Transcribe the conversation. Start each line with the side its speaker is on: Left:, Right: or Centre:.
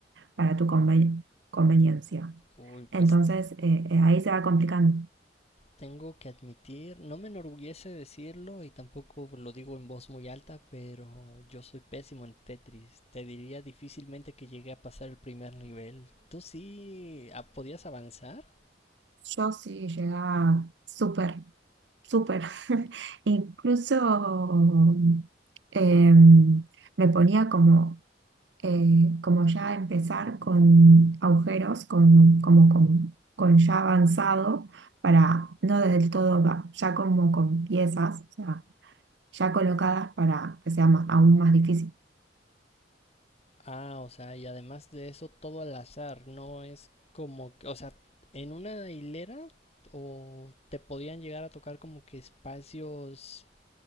Right: para tu conven- conveniencia.
Left: Uy,
Right: Entonces,
Left: pues
Right: eh, eh, ahí se va complicando.
Left: tengo que admitir, no me enorgullece decirlo y tampoco lo digo en voz muy alta, pero yo soy pésimo en Tetris. Te diría difícilmente que llegué a pasar el primer nivel. ¿Tú sí ah, podías avanzar?
Right: Yo sí llegaba súper, súper. <laughs> Incluso em, me ponía como, eh, como ya empezar con agujeros, con, como con, con ya avanzado, para no del todo, va- ya como con piezas, o sea, ya colocadas para que sea ma- aún más difícil.
Left: Ah, o sea, y además de eso, todo al azar, no es como que, o sea, en una hilera o te podían llegar a tocar como que espacios